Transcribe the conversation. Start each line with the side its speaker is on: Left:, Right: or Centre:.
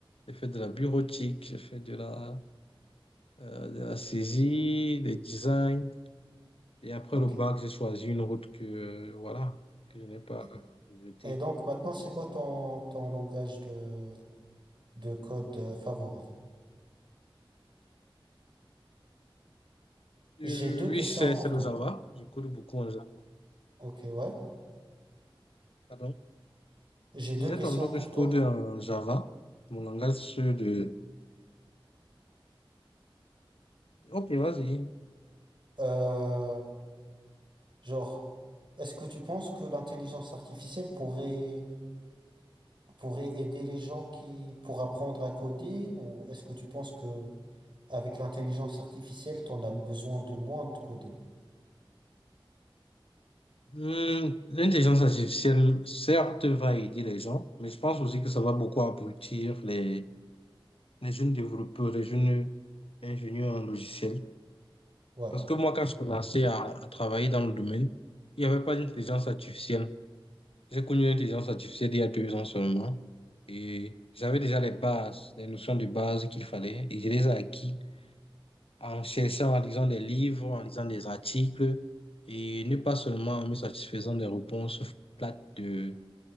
Left: J'ai fait de la bureautique, j'ai fait de la, euh, de la saisie, des designs. Et après
Right: ok.
Left: le bac, j'ai choisi une route que, euh, voilà, que je n'ai pas
Right: Et,
Left: jetée.
Right: et donc maintenant, c'est quoi ton, ton langage de, de code euh, favori? J'ai
Left: Euh,
Right: deux questions
Left: Oui, c'est
Right: pour
Left: c'est le
Right: toi.
Left: Java. Je code beaucoup en Java.
Right: Ok, ouais.
Left: Pardon.
Right: J'ai
Left: Il
Right: deux
Left: disait
Right: questions
Left: tantôt
Right: pour
Left: que je
Right: toi.
Left: code en Java, mon langage de... Ok, vas-y.
Right: Euh, genre, est-ce que tu penses que l'intelligence artificielle pourrait, pourrait aider les gens qui, pour apprendre à coder, ou est-ce que tu penses que avec l'intelligence artificielle, t'en as besoin de moins de coder?
Left: Hmm, L'intelligence artificielle, certes, va aider les gens, mais je pense aussi que ça va beaucoup abrutir les, les jeunes développeurs, les jeunes ingénieurs en logiciel.
Right: Ouais,
Left: Parce que moi, quand je commençais à, à travailler dans le domaine, il n'y avait pas d'intelligence artificielle. J'ai connu l'intelligence artificielle il y a deux ans seulement. Et j'avais déjà les bases, les notions de base qu'il fallait. Et je les ai acquis en cherchant, en lisant des livres, en lisant des articles. Et ne pas seulement en me satisfaisant des réponses plates de,